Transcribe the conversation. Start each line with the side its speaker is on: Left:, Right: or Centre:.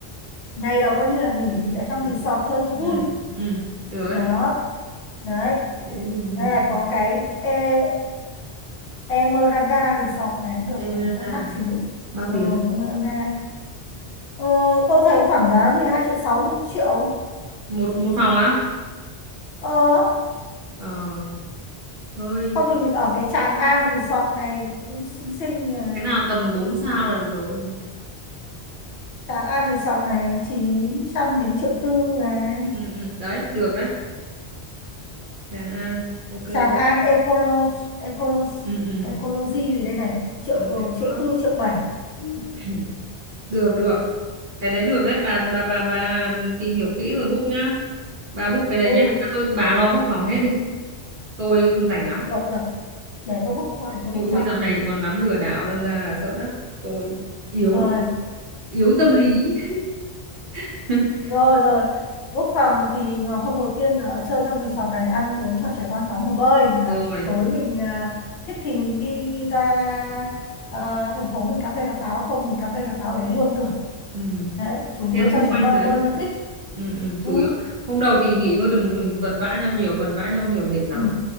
Left: ngày đầu coi như là nghỉ ở trong
Right: Ừ.
Left: resort chơi cho vui
Right: Ừ. Ừ, được
Left: đó
Right: đấy.
Left: đấy
Right: Thế thì mình
Left: Đây là có cái e Emeralda Resort này cũng được
Right: Tây Veranda
Left: này, hơi mắc xíu.
Right: bao
Left: Ừ,
Right: tiền?
Left: Emeralda. Ờ, tôi thấy khoảng giá nó cứ 2 triệu 6 5 triệu.
Right: Một một phòng á?
Left: Ờ,
Right: Ờ, hơi
Left: không thì mình ở cái Tràng An Resort này cũng xinh xinh này.
Right: cái nào tầm 4 sao là được rồi
Left: Tràng An Resort này 900 đến triệu tư này.
Right: ừ, ừ. đấy được đấy Tràng An ok
Left: Tràng An Ecolo Ecolo
Right: ừ ừ
Left: Ecology gì đây này, triệu
Right: ờ, hay
Left: triệu
Right: có
Left: tư triệu bảy.
Right: <clears throat> được được cái đấy được đấy bà bà bà bà tìm hiểu kỹ rồi book nhá bà book cái đấy
Left: Ừ,
Right: nhá à, thôi bà lo book phòng hết đi tôi không rảnh lắm
Left: được được, để tôi book cho, để tôi
Right: ui
Left: book cho.
Right: dạo này còn lắm lừa đảo đâm ra là sợ lắm tôi yếu
Left: Rồi.
Right: yếu tâm lý <laughs>
Left: rồi rồi quốc phòng thì mà hôm đầu tiên ở chơi trong resort này ăn uống cho trẻ con tắm hồ bơi
Right: rồi
Left: à, tối mình à, thích thì mình đi ra à, thành phố mình cà phê cà pháo không mình cà phê cà pháo đấy luôn được
Right: ừ
Left: đấy chủ yếu
Right: xem xung
Left: cho trẻ
Right: quanh
Left: con
Right: đấy
Left: nó bơi nó thích
Right: ừ, ừ,
Left: ừ.
Right: chủ yếu hôm đầu thì nghỉ thôi đừng đừng vật vã nhau nhiều vần vã nhau nhiều mệt lắm
Left: ừ.